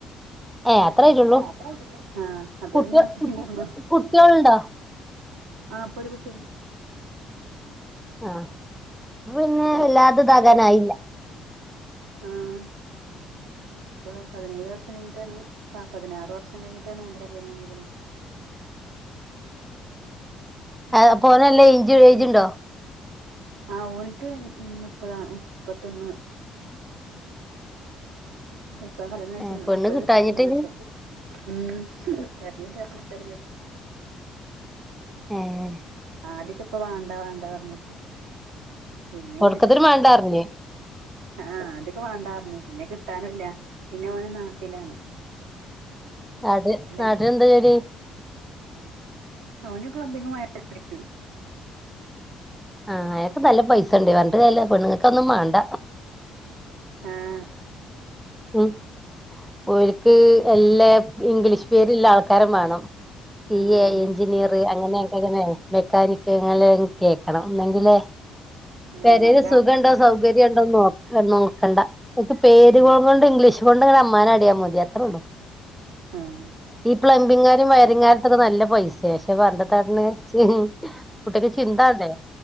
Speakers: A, in the centre; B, on the right.
A: ഏഹ് അത്ര ആയിട്ടുള്ളൂ
B: ആഹ അതത്തക്കണ്ടിുന്നോ
A: കുട്ടിക കുട്ടികളുണ്ടോ
B: ആഹ അപ്പൊ ഒരു കുട്ടിയുണ്ട്
A: ആഹ പിന്നെ
B: കല്യാണം
A: വല്ലാത ഇതാകാനായില്ല
B: ആ ഇപ്പൊ പതിനേഴ് വർഷം കഴിഞ്ഞിട്ടാണ് പതിനാറ് വർഷം കഴിട്ടാണ് ഓന്റെ കല്യാണം കഴഞ്ഞിക്ണത്. <unintelligible>
A: ഏ അപ്പോ ഓന് നല്ല
B: കഴിഞ്ഞിട്ട്
A: ഐജുണ്ടോ?
B: ആ ഓന്ക്ക് മുപ്പതാണ് മുപ്പത്തൊന്ന്. ഇപ്പകല്യാണം കയിച്ച
A: ഏഹ് പെണ്ണ്
B: മുപ്പത്
A: കിട്ടാഞ്ഞിട്ട്
B: വയസ്സില് കല്യാണകയിച്ചേ ഉം തെരഞ്ഞെ് തെരഞ്ഞ്.
A: ഏഹ്
B: ആദ്യൊക്കെ ഇപ്പ വേണ്ടാ വേണ്ടാ പറഞ്ഞിട്ട് പിന്നെ
A: ഒടുക്കത്തിന് വേണ്ടാറിഞ്ഞ്
B: ആഹ അതൊക്കെ വേണ്ടാ പറഞ്ഞു പിന്നെ കിട്ടാനില്ല പിന്നെ ഓന് നാട്ടിലാണ്.
A: അത്‌നാട്ടിൽഎന്താ
B: നാട്ടില
A: ജോലി?
B: ഓന് പബ്ലിങ്ങും വയറിങ്ങാണ്.
A: ആഹ് അയ്നൊക്കെ നല്ല പൈ ണ്ടി പറഞ്ഞിട്ട് കാര്യല്ല പെണ്ണുങ്ങക്ക അതൊഒന്നും വാണ്ട.
B: ആഹ്
A: ഉം ഓര്ക്ക്എല്ലാ ഇംഗ്ലീഷ് പേര്ള്ള ആൾക്കാരെ മാണം. സി
B: അന്നെ
A: എ എഞ്ചിനിയർ അങ്ങനെയക്കെ അങ്ങനെ മെക്കാനിക് അങ്ങനെക്കെയ ന്നങ്കിലേ
B: ആഹ്
A: പരീല്
B: അത് കാരണം
A: സുഖ ഉണ്ടോ സൗകര്യം ഉണ്ടോന്ന് നോ നോക്കണ്ട ഓക്ക് പേരുകൊണ്ട്
B: ഉം
A: ഇംഗ്ലീഷ് കൊണ്ട് അങ്ങനെ അമ്മാ നാടിയാൽമതി അത്രേ ഉള്ളൂ.
B: ആഹ്
A: ഈ പ്ലംബിംഗകാരും വയറിങ്ങകാരത്തൊക്കെ നല്ല പൈസയ പക്ഷെ പറഞ്ഞ ട്ടന്താ കാട്ട്ണ്. മഹ ഹാ കുട്ട്യാക്ക്ചിന്ത മാ ണ്ടേ?